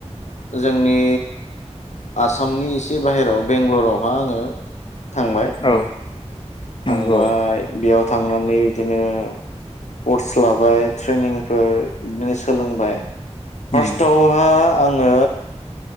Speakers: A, on the left; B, on the left.
A: जोंनि आसामनि एसे बाहेराव बेंगालरावहा आङो थांबाय
B: औ
A: थांबाय
B: नंगौ
A: बेयाव थांनानै बिदिनो कर्स लाबाय, ट्रेनिंफोर बिदिनो सोलोंबाय। फार्स्टआवहा
B: उम
A: आङो